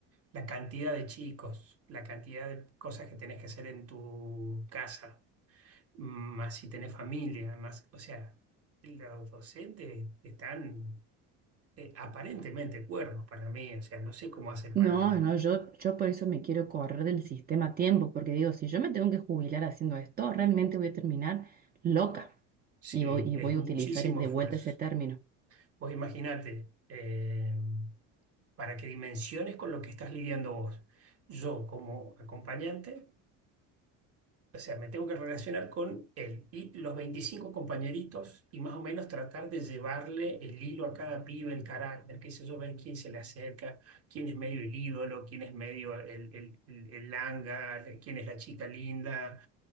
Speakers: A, on the right; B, on the right.
A: la cantidad de chicos, la cantidad de cosas que tenés que hacer en tu casa, más si tenés familia, más, o sea, los docentes están eh, aparentemente cuerdos para mí, o sea, no sé cómo hacen
B: No,
A: para,
B: no, yo, yo por eso me quiero correr del sistema a tiempo, porque digo, si yo me tengo que jubilar haciendo esto, realmente voy a terminar loca.
A: sí,
B: Y voy, y
A: es
B: voy
A: muchísimo
B: a utilizar de
A: esfuerzo.
B: vuelta ese término.
A: Vos imaginate. eh, para que dimensiones con lo que estás lidiando vos. Yo como acompañante, o sea, me tengo que relacionar con él y los 25 compañeritos y más o menos tratar de llevarle el hilo a cada pibe, el carácter, qué sé yo, ver quién se le acerca, quién es medio el ídolo, quién es medio el, el, el- el langa, quién es la chica linda,